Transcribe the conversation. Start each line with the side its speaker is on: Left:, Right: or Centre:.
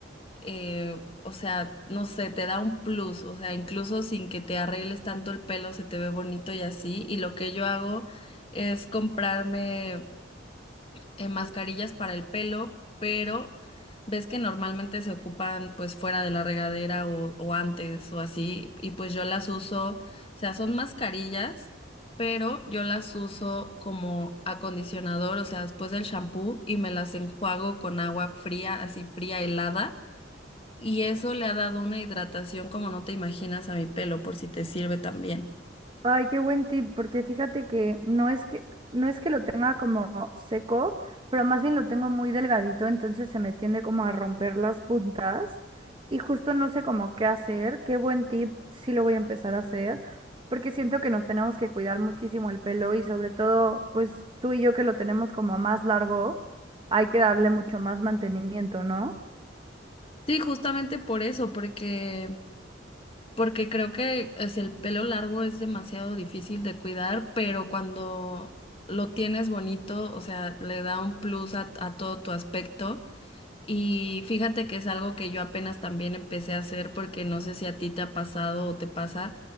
Left: eh, o sea, no sé, te da un plus. O sea, incluso sin que te arregles tanto el pelo, se te ve bonito y así. Y lo que yo hago es comprarme. eh, mascarillas para el pelo, pero ves que normalmente se ocupan pues fuera de la regadera o, o antes o así, y pues yo las uso, o sea, son mascarillas, pero yo las uso como acondicionador, o sea, después del shampoo y me las enjuago con agua fría, así fría, helada, y eso le ha dado una hidratación como no te imaginas a mi pelo, por si te sirve también.
Right: Ay, qué buen tip, porque fíjate que no es que, no es que lo tenga como seco, pero más bien lo tengo muy delgadito, entonces se me tiende como a romper las puntas y justo no sé cómo qué hacer. Qué buen tip, sí lo voy a empezar a hacer, porque siento que nos tenemos que cuidar muchísimo el pelo y sobre todo, pues tú y yo que lo tenemos como más largo, hay que darle mucho más mantenimiento, ¿no?
Left: Sí, justamente por eso, porque Porque creo que es el pelo largo es demasiado difícil de cuidar, pero cuando lo tienes bonito, o sea, le da un plus a, a todo tu aspecto. Y fíjate que es algo que yo apenas también empecé a hacer porque no sé si a ti te ha pasado o te pasa,